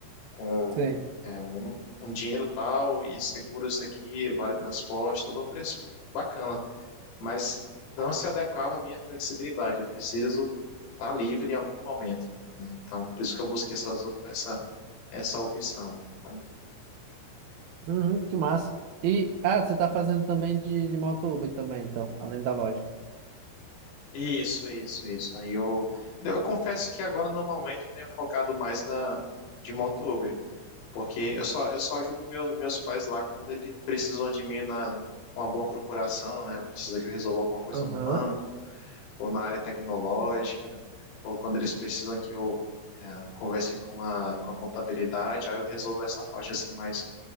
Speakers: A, on the left (about 85°); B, on the right (about 85°).
A: com
B: sei.
A: é, um, um dinheiro tal e seguro isso aqui, vale transporte, tudo um preço bacana, mas não se adequava à minha flexibilidade. Eu preciso estar livre em algum momento. Né? Então, por isso que eu busquei essas, op- essa, essa opção. Né?
B: Uhum, que massa. E, ah, você está fazendo também de, de moto Uber também, então, além da loja.
A: Isso, isso, isso. Aí eu, eu confesso que agora no momento eu tenho focado mais na de motoboy, porque eu só eu só ajudo meus meus pais lá quando eles precisam de mim na com alguma procuração, né? Precisa que eu resolva alguma coisa
B: Uhum,
A: no banco ou na área tecnológica, ou quando eles precisam que eu é, converse com a com a contabilidade, aí eu resolvo essa parte assim mais